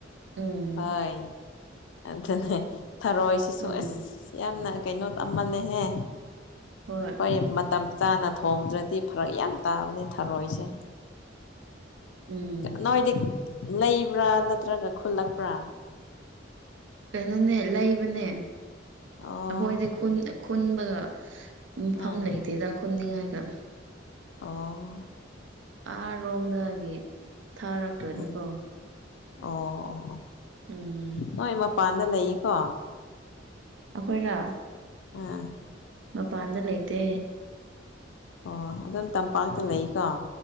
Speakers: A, on the right; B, on the left.
A: ꯎꯝ
B: ꯍꯣꯏ ꯑꯗꯨꯅꯦ ꯊꯔꯣꯏꯁꯤꯁꯨ
A: ꯎꯝ
B: ꯑꯁ ꯌꯥꯝꯅ ꯀꯩꯅꯣ ꯑꯃꯅꯦꯍꯦ
A: ꯍꯣꯏ
B: ꯍꯣꯏ ꯃꯇꯝ ꯆꯥꯅ ꯊꯣꯡꯗ꯭ꯔꯗꯤ ꯐꯔꯛ ꯌꯥꯝ ꯇꯥꯕꯅꯦ ꯊꯔꯣꯏꯁꯦ
A: ꯎꯝ
B: ꯅꯣꯏꯗꯤ ꯂꯩꯕ꯭ꯔꯥ ꯅꯠꯇ꯭ꯔꯒ ꯈꯨꯜꯂꯛꯄ꯭ꯔꯥ
A: ꯀꯩꯅꯣꯅꯦ ꯂꯩꯕꯅꯦ ꯑꯩꯈꯣꯏꯗꯤ
B: ꯑꯣ
A: ꯈꯨꯟ ꯈꯨꯟꯕꯒ ꯃꯐꯝ
B: ꯎꯝ
A: ꯂꯩꯇꯦꯗ ꯈꯨꯟꯅꯤꯡꯉꯥꯏꯒ
B: ꯑꯣ
A: ꯑꯥꯔꯣꯝꯗꯒꯤ ꯊꯥꯔꯛꯇ꯭ꯔꯗꯤꯀꯣ
B: ꯎꯝ ꯑꯣ
A: ꯎꯝ
B: ꯅꯣꯏ ꯃꯄꯥꯟꯗ ꯂꯩꯌꯦꯀꯣ
A: ꯑꯈꯣꯏꯔꯣ
B: ꯎꯝ
A: ꯃꯄꯥꯟꯗ ꯂꯩꯇꯦ
B: ꯑꯣ ꯑꯗꯨꯝ ꯇꯝꯄꯥꯛꯇ ꯂꯩꯀꯣ